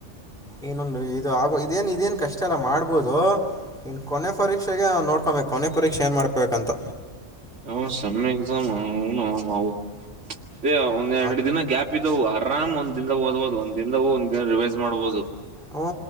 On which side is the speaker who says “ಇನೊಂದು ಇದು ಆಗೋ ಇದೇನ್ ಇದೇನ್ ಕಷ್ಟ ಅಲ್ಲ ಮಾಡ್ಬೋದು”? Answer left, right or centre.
Centre